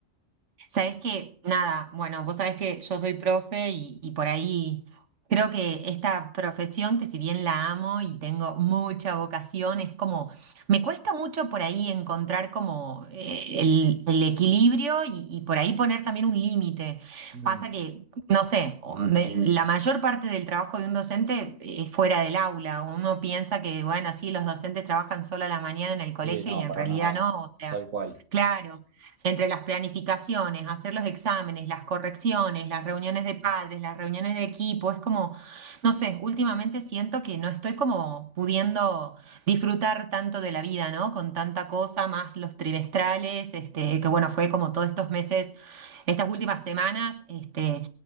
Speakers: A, on the right (about 65°); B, on the right (about 80°).
A: Sabés que, nada, bueno, vos sabés que yo soy profe y, y por ahí creo que esta profesión, que si bien la amo y tengo mucha vocación, es como, me cuesta mucho por ahí encontrar como eh, el, el equilibrio y, y por ahí poner también un límite.
B: Mm,
A: Pasa que, no sé, o me- la mayor parte del trabajo de un docente es fuera del aula. Uno piensa que, bueno, sí, los docentes trabajan solo a la mañana en el colegio
B: Sí, no,
A: y en
B: para
A: realidad
B: nada,
A: no, o sea,
B: tal cual.
A: claro. Entre las planificaciones, hacer los exámenes, las correcciones, las reuniones de padres, las reuniones de equipo, es como, no sé, últimamente siento que no estoy como pudiendo disfrutar tanto de la vida, ¿no? Con tanta cosa, más los trimestrales, este, que bueno, fue como todos estos meses, estas últimas semanas, este,